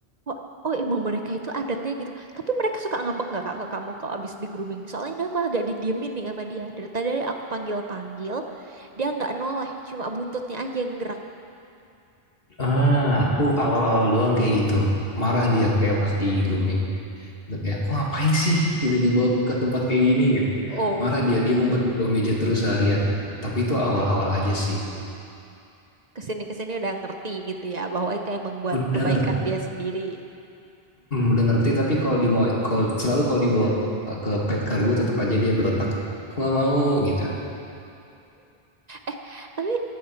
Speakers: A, on the right; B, on the left.
A: oh, oh, emang mereka itu adatnya gitu. Tapi mereka suka ngambek nggak Kak ke kamu kalau abis di grooming? Soalnya ini aku agak didiemin nih sama dia. Dari tadi aku panggil-panggil, dia nggak noleh, cuma buntutnya aja yang gerak.
B: Ah, aku awal-awal doang kayak gitu. Marah dia kayak pas di grooming. Gitu, kayak, aku ngapain sih gitu dibawa ke tempat kayak gini gitu.
A: Oh.
B: Marah dia, dia ngumpet di bawah meja terus seharian. Tapi itu awal-awal aja sih.
A: kesini kesini udah ngerti gitu ya bahwa itu emang buat
B: Udah
A: kebaikan
B: ngerti,
A: dia sendiri.
B: udah ngerti tapi kalau di kalau selalu kalau dibawa ke pet kargo tetap aja dia berontak. Aku nggak mau gitu.
A: Eh, tapi